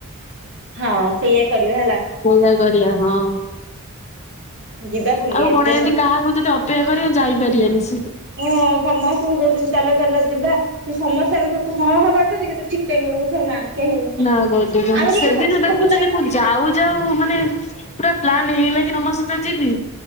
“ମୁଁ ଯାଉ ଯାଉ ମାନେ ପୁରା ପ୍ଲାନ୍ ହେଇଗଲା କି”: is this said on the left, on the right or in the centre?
Left